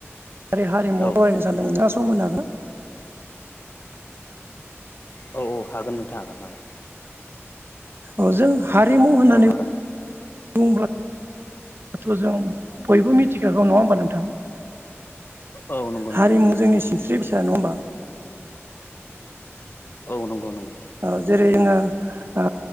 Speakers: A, on the right; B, on the left.
A: आरि हारिमु
B: औ
A: फरायनो सानदोंमोन नोंथाङा सम होनो हागोन।
B: औ औ हागोन नोंथां हागोन हागोन।।
A: अ जों हारिमु होननानै
B: औ हागोन
A: बुंब्ला दाथ जों बयबो मिथिखागौ नङा होमबा नोंथां।
B: औ नंगौ
A: हारिमु
B: नंगौ नंगौ
A: जोंनि सिनस्रि फिसा नङा हमबा।
B: औ नंगौ नंगौ
A: औ जेरै जोङो ओ